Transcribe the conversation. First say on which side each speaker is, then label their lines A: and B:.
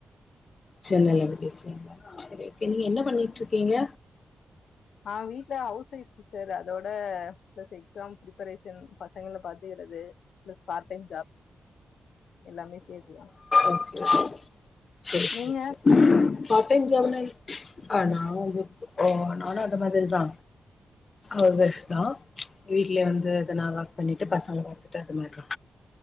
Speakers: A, on the left; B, on the left.
A: சென்னைலருந்து பேசுறீங்களா சரி நீங்க என்ன பண்ணிட்டு இருக்கீங்க
B: ஆ வீட்ல ஹவுஸ் வொயிஃப் சிஸ்டர் அதோட பிளஸ் எக்ஸாம் பிரிப்பரேஷன் பசங்கள பாத்துக்கிற து ப்ளஸ் பார்ட் டைம் ஜாப் எல்லாமே சேத்துதா
A: ஓகே ஓகே. சரி
B: நீங்க
A: சரி சரி பார்ட் டைம் ஜாப் னா ஆ நா ஓ நானு அந்த மாதிரி தா அவிஷ் தா வீட்லயே வந்து அத நா ஒர்க் பண்ணி பசங்கள பாத்துட்டு அது மாரிதா